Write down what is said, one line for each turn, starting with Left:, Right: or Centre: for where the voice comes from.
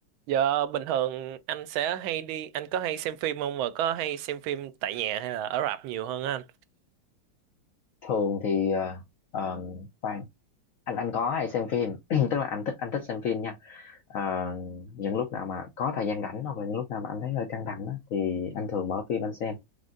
Right: Giờ bình thường anh sẽ hay đi, anh có hay xem phim không và có hay xem phim tại nhà hay là ở rạp nhiều hơn anh?
Left: thường thì ờ, ờ, khoan anh anh có hay xem phim <clears throat> tức là anh thích anh thích xem phim nha Ờ, những lúc nào mà có thời gian rảnh hoặc là những lúc nào mà anh thấy hơi căng thẳng á, thì anh thường mở phim anh xem